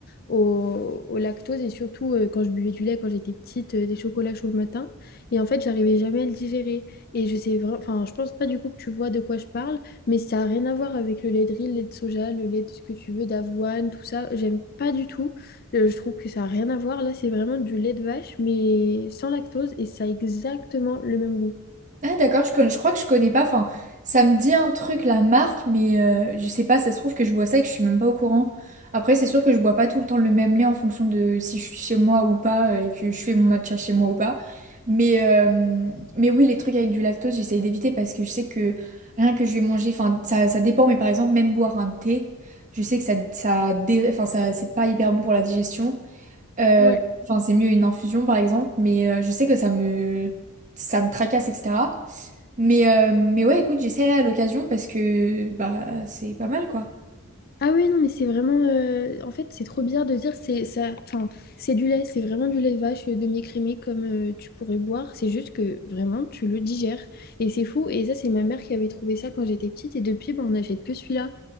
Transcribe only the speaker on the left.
au, au lactose et surtout euh, quand je buvais du lait quand j'étais petite, euh, des chocolats chauds le matin. Et en fait, j'arrivais jamais à le digérer. Et je sais vraiment, enfin, je pense pas du coup que tu vois de quoi je parle, mais ça a rien à voir avec le lait de riz, le lait de soja, le lait de ce que tu veux, d'avoine, tout ça. J'aime pas du tout. Euh, je trouve que ça n'a rien à voir. Là, c'est vraiment du lait de vache, mais sans lactose et ça a exactement le même goût.
Ouais.
Ah oui, non, mais c'est vraiment... euh, En fait, c'est trop bizarre de dire c'est ça... Enfin, c'est du lait, c'est vraiment du lait de vache euh, demi-écrémé comme euh, tu pourrais boire. C'est juste que vraiment, tu le digères. Et c'est fou. Et ça, c'est ma mère qui avait trouvé ça quand j'étais petite. Et depuis, bah, on n'achète que celui-là.